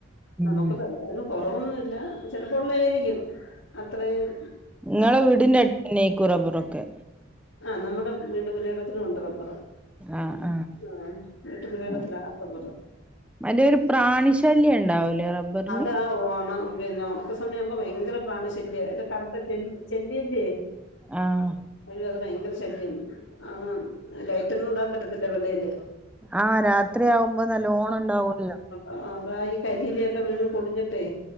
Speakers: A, on the left; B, in the centre.
A: നമുക്ക്
B: ഉം
A: <unintelligible> കുറവൊന്നുമില്ല ചിലപ്പോ ഉള്ളയായിരിക്കും അത്രയും
B: നിങ്ങളെ വീടിന്റെ അടുത്ത്ന്നെ യിരിക്കു റബ്ബറൊക്കെ
A: ആഹ നമ്മടെ വീട് പുരയിടത്തിലും ഉണ്ട് റബ്ബർ ആ
B: ആഹ് ആഹ്
A: വീട്ട് പുരയിടത്തിലാ
B: ആഹ്
A: റബ്ബർ
B: മറ്റേ ഒരു പ്രാണി ശല്യം ഉണ്ടാവൂലേ റബ്ബറിന്
A: ആഹ ഒണ പിന്നെ ഒണക്കസമയാവുമ്പോ ഭയങ്കര പ്രാണി ശല്യാ ഇല്ല കറുത്ത ചെ ചെല്ലിയില്ലേ
B: ആഹ
A: അയ്യോ അത് ഭയങ്കര ശല്യാണ്ആഹ ലൈറ്റൊന്നും ഇടാൻ പറ്റത്തില്ല വെളിയില്
B: ആ ഹ രാത്രിയാവുമ്പോ നല്ലോണം ഉണ്ടാവൂല്ലോ
A: ആ അതാ ഈ കരിയിലയൊക്കെ വീണ് പൊടിഞ്ഞിട്ടേ